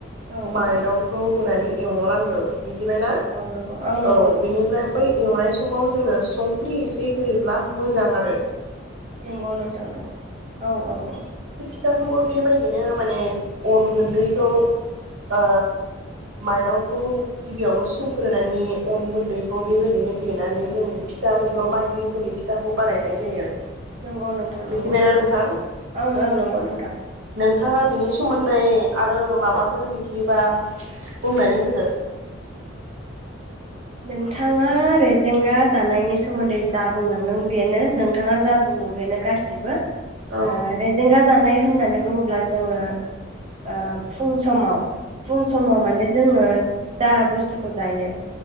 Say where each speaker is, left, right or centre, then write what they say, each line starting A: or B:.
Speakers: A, on the right; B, on the right.
A: औ
B: माइरंखौ
A: औ
B: होनानै एवनो नांगौ मिथिबायना
A: नंगौ नंगौ नंगौ
B: औ
A: नोंथां
B: बिनिफ्राय बै संनाय समाव जोङो संख्रि एसे होयोब्ला मोजां आरो
A: नंगौ नोंथां औ औ औ
B: खोथाखौबो बेबायदिनो माने अन गुन्दैखौ ओ माइरंखौ गिबियावनो सोमग्रोनानै अन गुन्दैखौ बे बेबायदिनो देनानै जों फिथाफोरखौ बायदि रोखोमनि फिथाखौ बानायनाय जायो
A: नंगौ नोंथां
B: मिथिबायना
A: नंगौ
B: नोंथां
A: ओं ओं नंगौ नोंथां
B: थाङा बिनि सोमोन्दै आरो माबाफोर मिथि बेबा बुंनानै होदो
A: नोंथाङा रेजेंगा जानायनि सोमोन्दै जा बुंलांदों बेनो नोंथाङा जा बुंदों बेनो गासिबो
B: औ
A: ए रेजेगा जानाय होननानै बुङोब्ला जोङो ओ फुं समाव फुं समाव माने जोङो जा बुस थुखौ जायो